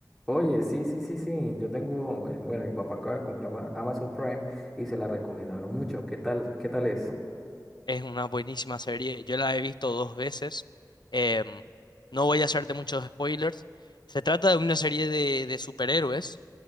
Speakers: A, in the centre; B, on the left.
A: Oye, sí, sí, sí, sí, yo tengo, bue- bueno, mi papá acaba de comprar ma- Amazon Prime y se la recomendaron mucho. ¿Qué tal? ¿Qué tal es?
B: Es una buenísima serie. Yo la he visto dos veces. Em, no voy a hacerte muchos spoilers. Se trata de una serie de, de superhéroes,